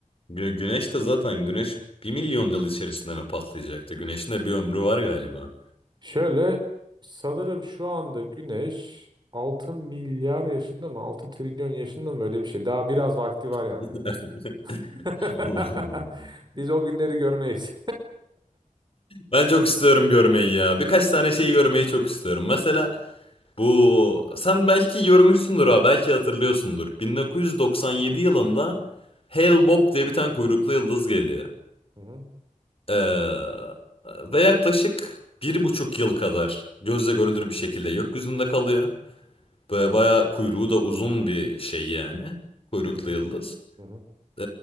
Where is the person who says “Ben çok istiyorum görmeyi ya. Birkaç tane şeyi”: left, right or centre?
Left